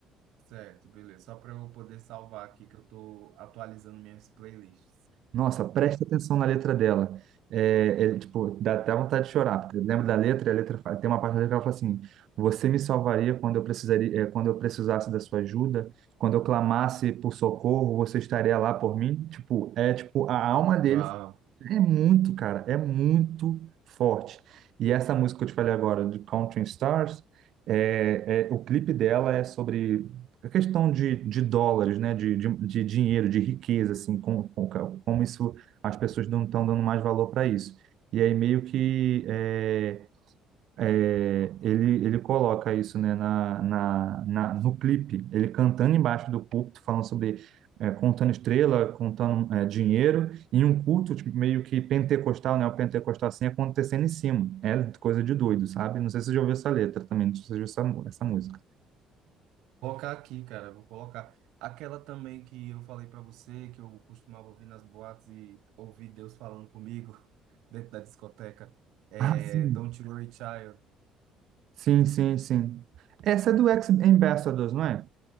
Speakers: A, on the right; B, on the right.
A: Certo, beleza. Só para eu poder salvar aqui que eu tô atualizando minhas playlists.
B: Nossa, presta atenção na letra dela. É, é, tipo, dá
A: Sim.
B: até vontade de chorar, porque lembra da letra, e a letra fa- tem uma parte da letra que ela fala assim: Você me salvaria quando eu precisaria, é, quando eu precisasse da sua ajuda, quando eu clamasse por socorro, você estaria lá por mim. Tipo, é tipo a alma dele
A: Uau.
B: é muito, cara, é muito forte. E essa música que eu te falei agora, de Counting Stars, é, é- o clipe dela é sobre a questão de, de dólares, né? De, de, de dinheiro, de riqueza, assim, com, com- como isso as pessoas não estão dando mais valor para isso. E aí meio que é, é, ele, ele coloca isso, né, na, na, na- no clipe, ele cantando embaixo do púlpito, falando sobre, é, contando estrela, contando, é, dinheiro, e um culto tipo, meio que pentecostal, né, o pentecostal assim, acontecendo em cima. É coisa de doido, sabe? Não sei se você já ouviu essa letra também, não sei se você já ouviu essa, mu- essa música.
A: colocar aqui, cara. Vou colocar aquela também que eu falei pra você, que eu costumava ouvir nas boates e ouvir Deus falando comigo <laughs> dentro da discoteca. É
B: Ah, sim.
A: Don't You Worry Child.
B: Sim, sim, sim. Essa é do Ex Ambassadors, não é?